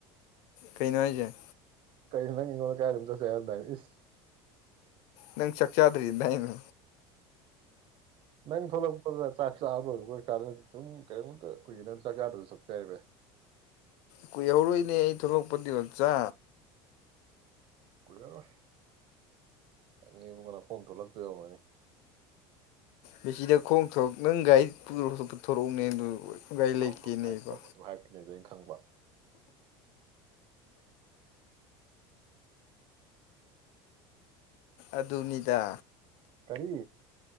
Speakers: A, on the left; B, on the right.
A: ꯀꯩꯅꯣ ꯍꯥꯏꯁꯦ
B: ꯀꯩ ꯅꯪ ꯑꯩꯉꯣꯟꯗ ꯀꯔꯥꯏꯗꯅꯣꯝ ꯆꯠꯁꯤ ꯍꯥꯏꯔꯝꯗꯥꯏ ꯏꯁ
A: ꯅꯪ ꯆꯥꯛ ꯆꯥꯗ꯭ꯔꯤꯑꯦꯗꯥꯏꯅꯦ
B: ꯅꯪ ꯊꯂꯛꯄ ꯆꯥꯛ ꯆꯥ ꯀ ꯁꯨꯝ ꯀꯔꯤꯃꯇ ꯀꯨꯏꯒꯤ ꯅꯪ ꯆꯥꯛ ꯆꯥꯔꯁꯨ ꯆꯄꯦ ꯍꯥꯏꯕ
A: ꯀꯨꯏꯍꯧꯔꯛꯏꯅꯦ ꯑꯩ ꯊꯣꯛꯂꯛꯄꯗꯤ ꯑꯣꯆꯥ
B: ꯌꯥꯔꯣꯏꯅꯦꯕꯨ ꯉꯅꯥꯈꯣꯝ ꯊꯣꯛꯂꯛꯇꯣꯏꯅꯤ
A: ꯃꯦꯆꯤꯗ ꯈꯣꯡ ꯊ ꯅꯪ ꯒꯥꯥꯏ ꯄꯨꯊꯣꯔꯛꯎꯅꯦ ꯑꯗꯨ ꯀꯥꯏ
B: ꯊꯥꯎ
A: ꯂꯩ
B: ꯊꯥꯎꯒꯤ
A: ꯀꯅꯦꯕꯣ
B: ꯍꯥꯏꯒꯦ ꯇꯧꯕ ꯑꯗꯨ ꯍꯥꯏꯔꯛꯇ꯭ꯔꯤꯉꯩꯗ ꯑꯩꯅ ꯈꯪꯕ
A: ꯑꯗꯨꯅꯤꯗꯥ
B: ꯀꯔꯤ